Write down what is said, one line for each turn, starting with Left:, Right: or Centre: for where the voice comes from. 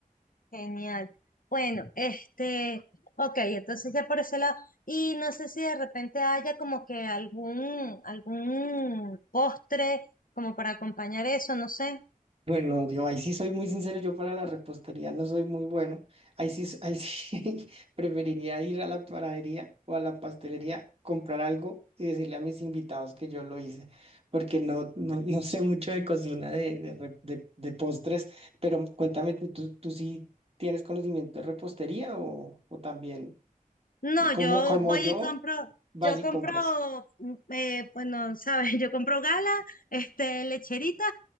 Left: genial. Bueno, este, ok, entonces ya por ese lado. Y no sé si de repente haya como que algún, algún postre como para acompañar eso, no sé.
Right: Bueno, yo ahí sí soy muy sincero, yo para la repostería no soy muy bueno. Ahí sí, s- ahí sí <laughs> preferiría ir a la panadería o a la pastelería, comprar algo y decirle a mis invitados que yo lo hice, porque no, no, no sé mucho de cocina, de, de, re- de- de postres, pero cuéntame, ¿tú, tú, tú sí tienes conocimiento de repostería o, o también,
Left: No,
Right: como,
Left: yo
Right: como
Left: voy
Right: yo,
Left: y compro,
Right: vas
Left: yo
Right: y
Left: compro,
Right: compras?
Left: mm, eh, bueno, sabes, <laughs> yo compro gala, este, lecherita